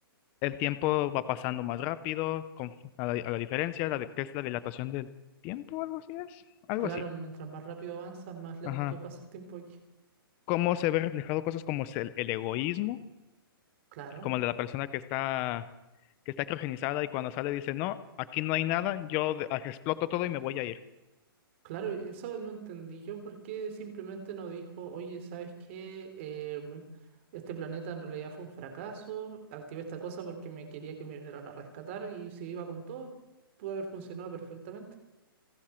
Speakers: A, on the left; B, on the right.
A: el tiempo va pasando más rápido, con, a la, a la diferencia, la de, que es la dilatación del tiempo, algo así es, algo
B: Claro,
A: así.
B: mientras más rápido avanzas, más lento
A: Ajá.
B: pasa el tiempo aquí.
A: Cómo se ve reflejado cosas como es el, el egoísmo,
B: Claro.
A: como el de la persona que está... que está criogenizada y cuando sale dice, no, aquí no hay nada, yo de- exploto todo y me voy a ir.
B: Claro, eso no entendí yo, ¿por qué simplemente no dijo, oye, ¿sabes qué? Eh, me- este planeta en realidad fue un fracaso, activé esta cosa porque me quería que me vinieran a rescatar y si iba con todo, pudo haber funcionado perfectamente.